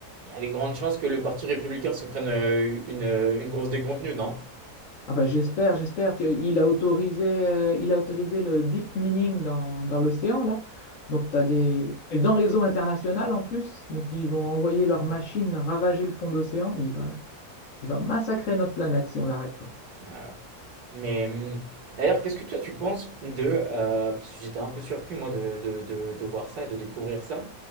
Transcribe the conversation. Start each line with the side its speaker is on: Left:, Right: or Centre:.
Right: il y a des grandes chances que le Parti républicain se prenne euh, une, une grosse déconvenue, non?
Left: Ah bah, j'espère, j'espère. Tu- Il a autorisé, euh, il a autorisé le deep mining dans, dans l'océan, là. Donc, t'as des... Et dans les eaux internationales, en plus. Donc, ils vont envoyer leurs machines ravager le fond d'océan. Il va, il va massacrer notre planète si on l'arrête pas.
Right: Euh, Mais hum, d'ailleurs, qu'est-ce que toi tu penses de, euh, parce que j'étais un peu surpris moi de, de- de- de voir ça et de découvrir ça,